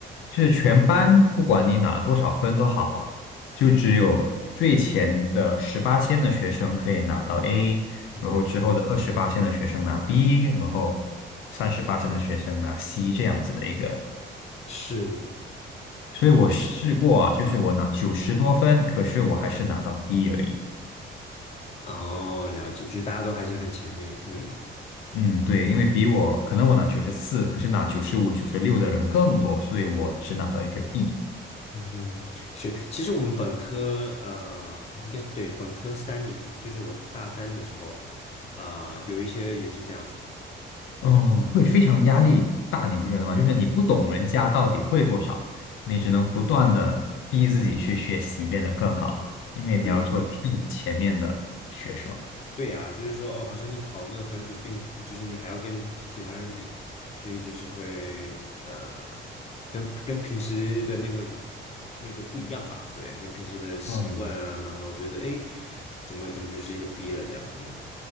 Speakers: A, on the left; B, on the left.
A: 就是全班不管你拿多少分都好，就只有最前的十八线的学生可以拿到 A，
B: 嗯哼，
A: 然后之后的二十八线的学生拿 B，然后三十八线的学生拿 C 这样子的一个。
B: 是，
A: 所以我试过啊，就是我拿九十多分，可是我还是拿到 B 而已。
B: 哦，了解，就大家都还是很前面，嗯
A: 嗯，对，因为比我可能我拿九十四，可是拿九十五、九十六的人更多，所以我只拿到一个 B。
B: 嗯哼，是，其实我们本科，呃，应该对，本科三年，就是我大三的时候，呃，有一些也是这样子的，
A: 嗯，会非常压力大，你不觉得吗？就是你不懂人家到底会多少，你只能不断的逼自己去学习，变得更好，因为你要做最前面的学生。
B: 对耶对呀，就是说，哦，好像你考那个分数并，就是你还要跟其他人比，所以就是会呃，跟跟平时的那个那个不一样吧？对，跟平时的习惯啊，
A: 嗯，
B: 然后觉得诶，怎么怎么就是一个 B 了这样？嗯